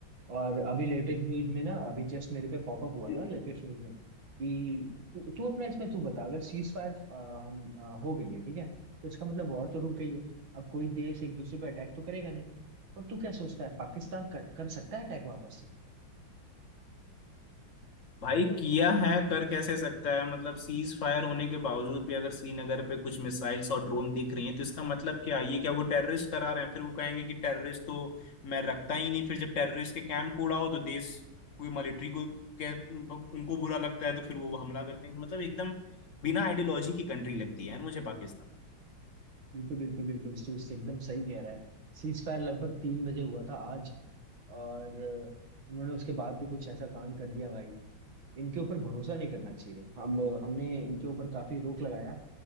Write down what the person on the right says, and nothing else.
और अभी लेटेस्ट न्यूज में ना अभी जस्ट मेरे पे पॉपअप हुआ
था लेटेस्ट न्यूज में कि तू तू अपना इसमें तू बता अगर सीज फायर हम अ, हो गई है ठीक है तो इसका मतलब वॉर तो रुक गई है अब कोई देश एक दूसरे पे अटैक तो करेगा नहीं और तू क्या सोचता है पाकिस्तान कर, कर सकता है अटैक वापस से
बिल्कुल बिल्कुल बिल्कुल तू उससे एकदम सही कह रहा है सीज फायर लगभग तीन बजे हुआ था आज और अ, इन्होंने उसके बाद भी कुछ ऐसा कांड कर दिया भाई इनके ऊपर भरोसा नहीं करना चाहिए हम हमने इनके ऊपर काफी रोक लगाया